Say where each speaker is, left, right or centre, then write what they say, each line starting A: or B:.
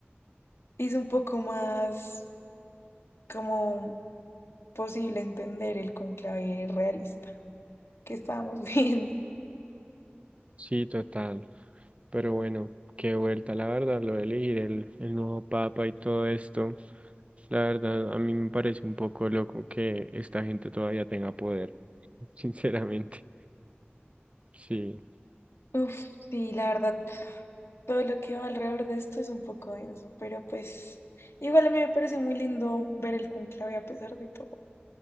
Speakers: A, on the left; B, on the right.
A: hizo un poco más como posible entender el conclave realista que estábamos <laughs> viendo.
B: Sí, total. Pero bueno, qué vuelta, la verdad, lo de elegir el, el nuevo papa y todo esto. La verdad, a mí me parece un poco loco que esta gente todavía tenga poder, <laughs> sinceramente. Sí,
A: Uf, sí, la verdad, todo lo que va alrededor de esto es un poco denso, pero pues igual a mí me parece muy lindo ver el conclave a pesar de todo.